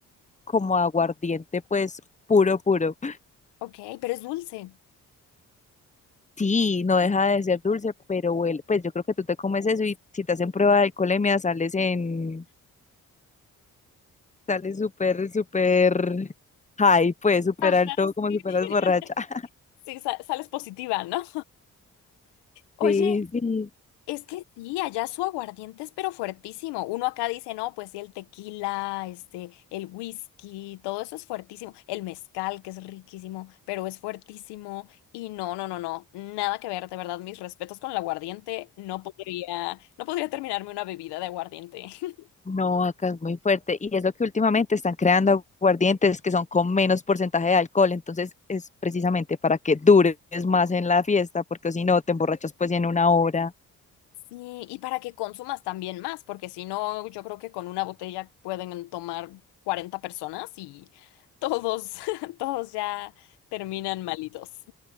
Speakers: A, on the left (about 20°); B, on the left (about 90°).
A: como a aguardiente, pues puro, puro.
B: Ok, pero es dulce.
A: Sí, no deja de ser dulce, pero huele, pues yo creo que tú te comes eso y si te hacen prueba de alcoholemia sales en Sale súper, súper high, pues súper
B: Ajá,
A: alto, como
B: sí.
A: si fueras
B: <laughs>
A: borracha. <laughs>
B: Sí, sa- sales positiva, ¿no? Oye,
A: Sí, sí.
B: Es que sí, allá su aguardiente es pero fuertísimo. Uno acá dice, no, pues sí, el tequila, este, el whisky, todo eso es fuertísimo. El mezcal, que es riquísimo, pero es fuertísimo. Y no, no, no, no, nada que ver, de verdad, mis respetos con el aguardiente. No podría, no podría terminarme una bebida de aguardiente. <laughs>
A: No, acá es muy fuerte. Y es lo que últimamente están creando aguardientes que son con menos porcentaje de alcohol. Entonces es precisamente para que dures más en la fiesta, porque si no te emborrachas pues en una hora.
B: Sí, y para que consumas también más, porque si no, yo creo que con una botella pueden tomar 40 personas y todos, <laughs> todos ya terminan malitos.